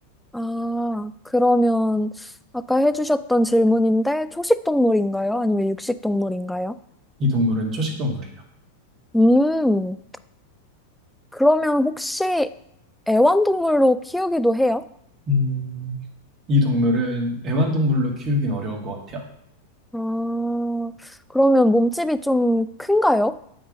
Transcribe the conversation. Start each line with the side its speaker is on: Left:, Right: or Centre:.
Centre: 아, 그러면 아까 해주셨던 질문인데 초식 동물인가요? 아니면 육식 동물인가요?
Right: 이 동물은 초식 동물이에요.
Centre: 음, 그러면 혹시 애완동물로 키우기도 해요?
Right: 음, 이 동물은 애완동물로 키우긴 어려운 것 같아요.
Centre: 아, 그러면 몸집이 좀 큰가요?